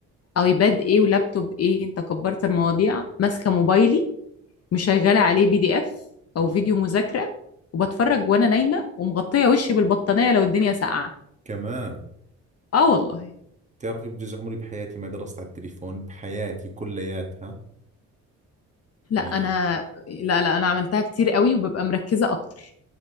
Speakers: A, on the left; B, on the right.
A: ايباد ايه ولابتوب ايه انت كبرت المواضيع ماسكه موبايلي مشغله عليه بي دي اف او فيديو مذاكره وبتفرج وانا نايمه ومغطيه وشي بالبطانيه لو الدنيا ساقعه
B: كمان
A: اه والله
B: بتعرفي بجوز عمري بحياتي ما درست على التليفون بحياتي كلياتها
A: لا
B: يعني
A: انا لا لا انا عملتها كتير قوي وببقى مركزه اكتر